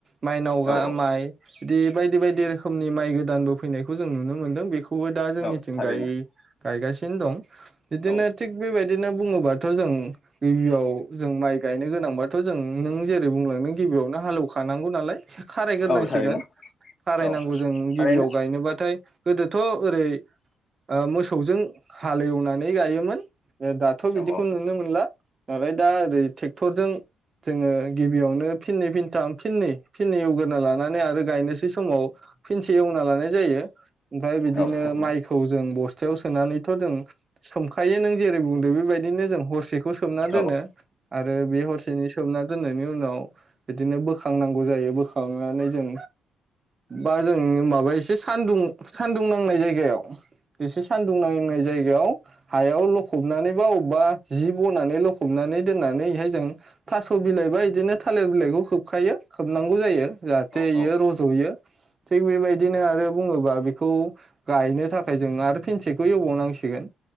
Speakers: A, on the right; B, on the left.
A: माइनाव
B: औ
A: माइ बिदि बायदि बायदि रोखोमनि माइ गोदानबो फैनायखौ जों नुनो मोनदों बे खौबो दा जोंनिथिं
B: औ थारैनो
A: गाय गासि सिनो दं बिदिनो
B: औ
A: थिक बेबायदिनो बुङो बाथ' जों गिबियाव जों माइ गायनो गोनांबाथ' जों नों जेरै बुंलांनो गिबियावनो हालेवखानांगौ नालाय खारायग्रोनांसिगोन
B: औ थारैनो
A: खारायनांगौ
B: औ
A: जों गिबियाव
B: थारैनो
A: गायनोबाथाय गोदो थ' ओरै ओ मोसौजों हालेवनानै गायोमोन ए दाथ' बिदिखौ
B: औ
A: नुनो मोनला ओफ्राय दा ओरै ट्रेक्ट रजों जोङो गिबियावनो फिननै फिनथाम फिननै फिननै एवग्रोना लानानै आरो गायनोसै समाव फिनसे एवना लानाय जायो ओमफ्राय बिदिनो
B: औ थारैनो
A: माइखौ जों बस्थ थायाव सोनानैथ' जों सोमखायो नों जेरै बुंदों बेबायदिनो जों हरसेखौ सोमना दोनो
B: औ
A: आरो बे हरसेनि सोमना दोननायनि उनाव बिदिनो बोखांनांगौ जायो बोखांनानै जों बा जों माबा एसे सानदुं सान्दुं नांनाय जायगायाव एसे सान्दुं नांनाय जायगायाव हायाव लखबनानैबा अबेबा जि बनानै लखबनानै दोननानैहाय जों थास' बिलाइबा बिदिनो थालिर बिलाइखौ खोबखायो खोबनांगौ जायो जाहाथे
B: औ
A: इयो
B: औ
A: रज'यो थिग बेबायदिनो आरो बुङोबा खौ गायनो थाखाय जों आरो फेनसेखौ एवबावनांसिगोन